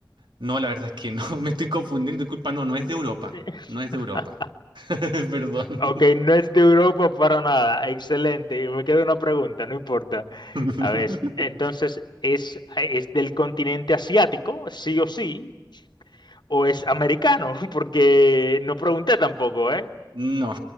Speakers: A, on the right; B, on the left.
A: No, la verdad es que no, <laughs> me estoy confundiendo, disculpa, no, no es
B: eh,
A: de Europa,
B: eh, <laughs>
A: no es de Europa, <laughs> perdón.
B: Ok, no es de Europa para nada. Excelente. Y Me queda una pregunta, no importa.
A: <laughs>
B: A ver, entonces, ¿es, es del continente asiático, sí o sí? ¿O es americano? <laughs> Porque no pregunté tampoco, ¿eh?
A: No.